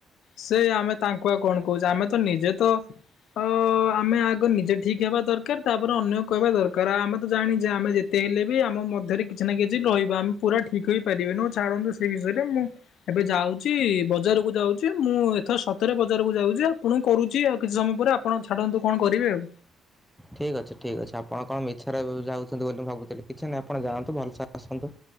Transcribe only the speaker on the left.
ସେ ଆମେ ତାଙ୍କୁ ଆଉ କଣ କହୁଚେ ଆମେତ ନିଜେ ତ ଆଉ ଆମେ ଆଗ ନିଜେ ଠିକ୍ ହେବା ଦରକାର ତାପରେ ଅନ୍ୟ କହିବା ଦରକାର ଆମେତ ଜାଣିଚେ ଆମେ ଯେ ତେ ହେଲେବି ଆମ ମଧ୍ୟରେ କିଛିନା କିଛି ରହିବା ଆମେ ପୁରା ଠିକ୍ ହେଇପାରିବେନି ଛାଡ଼ନ୍ତୁ ସେ ବିଷୟରେ ମୁଁ ଏବେ ଯାଉଚି ବଜାରକୁୁ ଯାଉଚି ମୁଁ ଏଥର ସତର ବଜାରକୁ ଯାଉଚି ଆପଣଙ୍କୁ କରୁଚି ଆଉ କିଛି ସମୟ ପରେ ଆପଣ ଛାଡ଼ନ୍ତୁ କଣ କରିବେ ଆଉ।